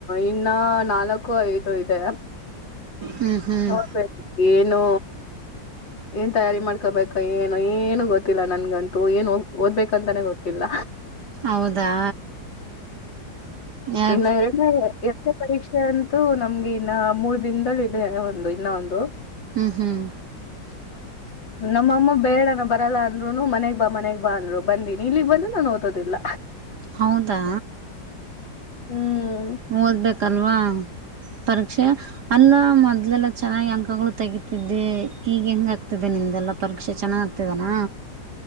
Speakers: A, on the left; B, on the right.
A: ಇನ್ನ ನಾಲ್ಕು ಐದು ಇದೆ.
B: ಹ್ಮ್ ಹ್ಮ್
A: ನೋಡ್ಬೇಕು ಏನು ಏನ್ ತಯಾರಿ ಮಾಡ್ಕೊಬೇಕ ಏನು ಏನು ಗೊತ್ತಿಲ್ಲ ನನ್ಗಂತೂ ಏನ್ ಓದ್ಬೇಕಂತಾನೆ ಗೊತ್ತಿಲ್ಲ.
B: ಹೌದಾ ಯಾ
A: ಎರಡೇ <inaudible> ಪರೀಕ್ಷೆ ಅಂತೂ ನಮ್ಗೆ ಇನ್ನ ಮೂರ್ ದಿನದಲ್ಲ ಇದೆ ಒಂದು ಇನ್ನ ಒಂದು.
B: ಹ್ಮ್ ಹ್ಮ್.
A: <unintelligible> ನಮ್ಮಮ್ಮ ಬೇಡ ನಾ ಬರಲ್ಲ ಅಂದ್ರುನು ಮನೆಗ್ ಬಾ ಮನೆಗ್ ಬಾ ಅಂದ್ರು ಬಂದಿನಿ ಇಲ್ಲಿಗ್ ಬಂದ್ರೆ ನಾನ್ ಓದೋದಿಲ್ಲ.
B: ಹೌದಾ?
A: ಹ್ಮ್
B: ಓದ್ಬೇಕಲ್ವಾ. ಪರೀಕ್ಷೆ ಅಲ್ಲ ಮೊದ್ಲೆಲ್ಲ ಚೆನ್ನಾಗಿ ಅಂಕಗಳು ತೆಗತಿದ್ದೆ ಈಗ ಹೆಂಗ ಆಗ್ತಿದೆ ನಿ ನಿಂದೆಲ್ಲ ಪರೀಕ್ಷೆ ಚೆನ್ನಾಗಾಗ್ತಿದೇನ?